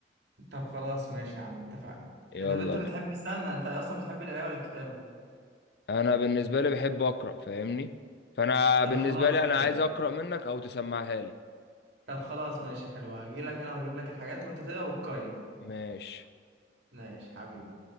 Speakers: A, on the right; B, on the left.
A: طب خلاص ماشي يا عم اتفقنا
B: يلا
A: أنت أنت بتحب
B: بينا
A: استنى أنت أصلا بتحب القراية ولا الكتابة؟
B: انا بالنسبة لي بحب اقرا فاهمني فانا
A: طب
B: بالنسبة
A: خلاص
B: لي انا
A: حلو
B: عايز اقرا منك او تسمعها لي
A: طب خلاص ماشي حلو هجيلك انا واجيب لك الحاجات وانت تقرا وتقيم
B: ماشي
A: ماشي حبيبي